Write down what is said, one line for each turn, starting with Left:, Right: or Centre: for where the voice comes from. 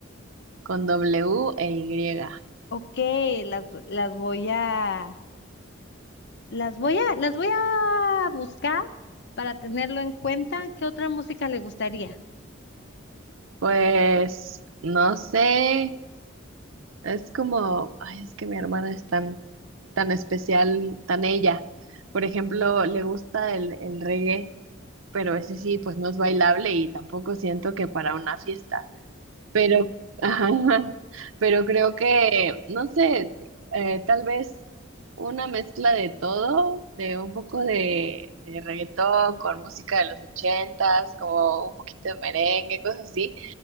Right: con W e Y.
Left: Ok, las, las voy a, Las voy a, las voy a buscar para tenerlo en cuenta. ¿Qué otra música le gustaría?
Right: Pues no sé, es como, ay, es que mi hermana es tan, tan especial, tan ella. Por ejemplo, le gusta el, el reggae, pero ese sí, pues no es bailable y tampoco siento que para una fiesta. Pero, <laughs> ajá, pero creo que, no sé, eh, tal vez una mezcla de todo, de un poco de, de reggaetón con música de los ochentas, como un poquito de merengue, cosas así